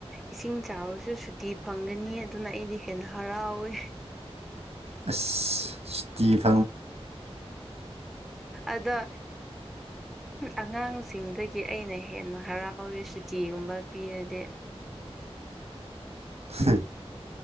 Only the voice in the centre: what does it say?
ꯏꯁꯤꯡ ꯆꯥꯎꯔꯁꯨ ꯁꯨꯇꯤ ꯐꯪꯒꯅꯤ ꯑꯗꯨꯅ ꯑꯩꯗꯤ ꯍꯦꯟꯅ ꯍꯔꯥꯎꯋꯦ
ꯑꯗ ꯑꯉꯥꯡꯁꯤꯡꯗꯒꯤ ꯑꯩꯅ ꯍꯦꯟꯅ ꯍꯔꯥꯎꯋꯦ ꯁꯨꯇꯤꯒꯨꯝꯕ ꯕ ꯄꯤꯔꯗ